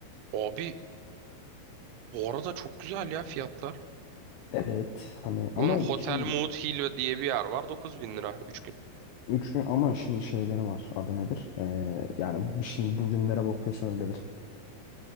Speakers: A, on the right (about 80°); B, on the left (about 75°).
A: Abi bu arada çok güzel ya fiyatlar.
B: Evet hani ama
A: Bunun Hotel
B: şimdi
A: Mood Hill diye bir yer var 9000 lira 3 gün.
B: 3 gün ama şimdi şeyleri var adı nedir? Ee, yani şimdi bugünlere bakıyorsun öyledir.